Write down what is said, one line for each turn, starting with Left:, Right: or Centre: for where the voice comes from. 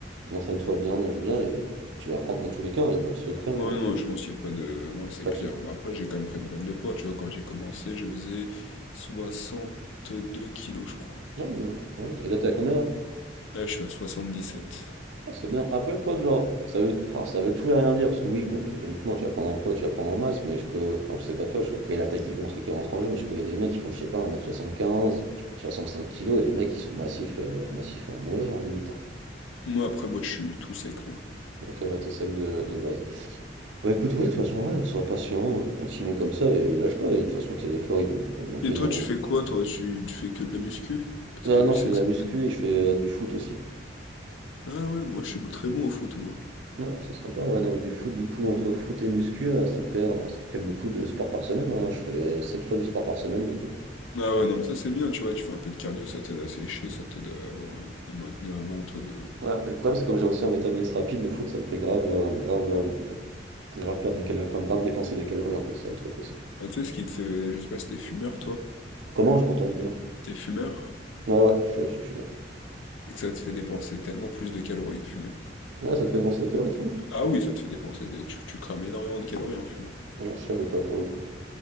Right: euh, entraîne-toi bien, mange bien, et tu vas prendre dans tous les cas, il n'y a pas de secret, il
Left: Ouais,
Right: n'y a
Left: non,
Right: pas de,
Left: je pense qu'il n'y a pas de. Non, c'est
Right: pas
Left: clair.
Right: de sou-
Left: Bah, après, j'ai quand même pris une bonne de poids, tu vois. Quand j'ai commencé, je faisais soixante deux kilos, je crois.
Right: Ah oui, hein. Ouais, Et là, t'es à combien là?
Left: Là, je suis à soixante dix sept
Right: Ah, c'est bien. Après, poids de genre, ça veut, enfin, ça veut tout et rien dire, parce que oui, quand- logiquement, tu vas prendre en poids, tu vas prendre en masse, mais je, co- enfin, je sais pas toi, je- après, il y a la taille qui compte, qui rentre en jeu, mais je connais des mecs qui font, je sais pas, un mètre soixante quinze, ils font 65 kilos et des mecs qui sont massifs, euh, massifs à en mourir, en limitant.
Left: Moi, après, moi, je suis tout sec, moi.
Right: Donc, euh, ouais, tes sacs de, de base. Bah écoute, oui, de toute façon, ouais, sois patient, euh, continue comme ça, et lâche pas, et de toute façon, tes efforts, ils vont, ils vont bien payer
Left: Et toi,
Right: un
Left: tu
Right: moment.
Left: fais quoi, toi? Tu, tu fais que de la muscu? Parce
Right: Ah
Left: que
Right: non,
Left: je sais
Right: je fais
Left: que
Right: de la
Left: ça
Right: muscu,
Left: peut être...
Right: et je fais euh, du foot aussi.
Left: Ah ouais, moi, je suis très bon au foot, moi.
Right: Non, c'est sympa, ouais, non, mais du foot, du coup, entre foot et muscu, euh, ça me fait, euh, ça me fait beaucoup de sport par semaine, hein. Je fais 7 fois du sport par semaine, du coup.
Left: Ah ouais, non, mais ça, c'est bien, tu vois. Tu fais un peu de cardio, ça t'aide à sécher, ça t'aide à avoir un- à maintenir un bon taux de.
Right: Ouais, mais le problème, c'est comme j'ai aussi un métabolisme rapide, le foot, ça me fait grave, euh, grave, euh, grave perdre des calories, enfin, grave dépenser des calories, en fait, c'est ça le truc aussi.
Left: Ah, tu sais, ce qui te fait. Je sais pas si t'es fumeur, toi.
Right: Comment, je m'entends, dis-moi.
Left: T'es fumeur?
Right: Ouais, ouais, je suis fumeur.
Left: et que ça te fait dépenser tellement plus de calories de fumer.
Right: Ouais, ça te fait dépenser des calories, de fumer?
Left: Ah oui, ça te fait dépenser des... Tu, tu crames énormément de calories en fumant.
Right: Ouais, je savais pas, pour le coup.